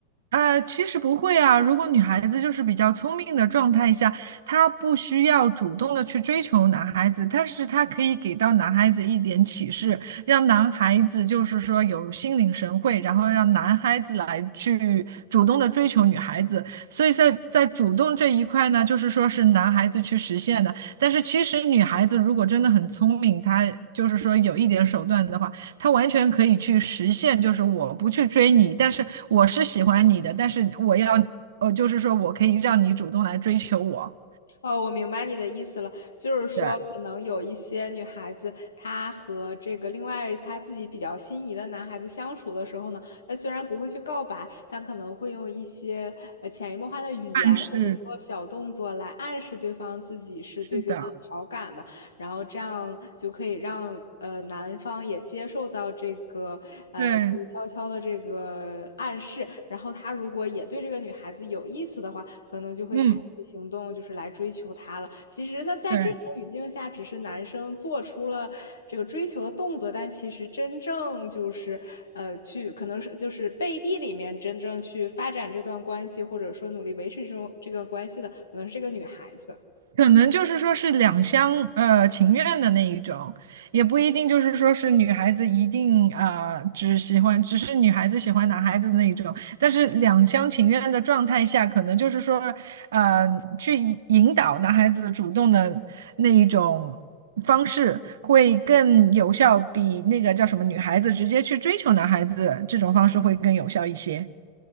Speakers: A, on the right; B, on the left.
A: 呃，其实不会啊。如果女孩子就是比较聪明的状态下，她不需要主动的去追求男孩子，但是她可以给到男孩子一点启示，让男孩子就是说有心领神会，然后让男孩子来去主动的追求女孩子。所以在在主动这一块呢，就是说是男孩子去实现的。但是其实女孩子如果真的很聪明，她就是说有一点手段的话。他完全可以去实现，就是我不去追你，但是我是喜欢你的，但是我要，呃，就是说我可以让你主动来追求我，
B: 哦，我明白你的意思了，就是说，
A: 对，暗
B: 可能有一些女孩子，她和这个另外她自己比较心仪的男孩子相处的时候呢，她虽然不会去告白，但可能会用一些呃潜移默化的语言或者说小动作来暗示对方自己是对对方有好感的，
A: 示，是的，
B: 然后这样就可以让呃男方也接受到这个呃静悄悄的这个暗示，
A: 对，
B: 然后他如果也对这个女孩子有意思的话，可能就会采取行动，
A: 嗯，
B: 就是来追求她了。其实呢，在这种语境下，
A: 对。
B: 只是男生做出了这个追求的动作，但其实真正就是呃去可能是就是背地里面真正去发展这段关系，或者说努力维持这种这个关系的，可能是这个女孩子。
A: 可能就是说是两厢呃情愿的那一种，也不一定就是说是女孩子一定呃只喜欢，只是女孩子喜欢男孩子的那一种。但是两厢情愿的状态下，可能就是说呃去引引导男孩子主动的那一种方式会更有效，比那个叫什么女孩子直接去追求男孩子这种方式会更有效一些。